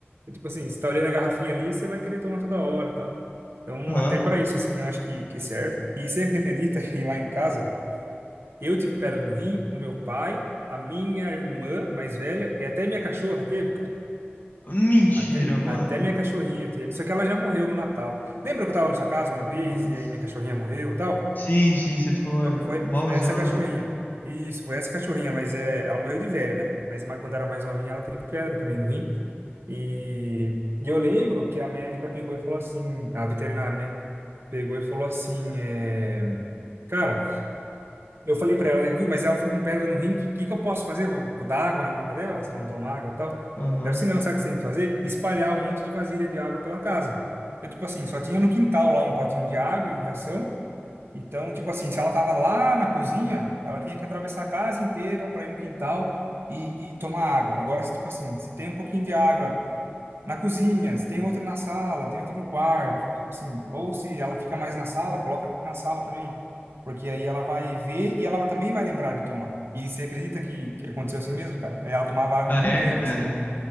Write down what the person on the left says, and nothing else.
Aham.
Mentira,
mano.
Nossa.
Sim, sim, você ficou
é,
malzão,
né?
Aham.
Ah,
é,
cara.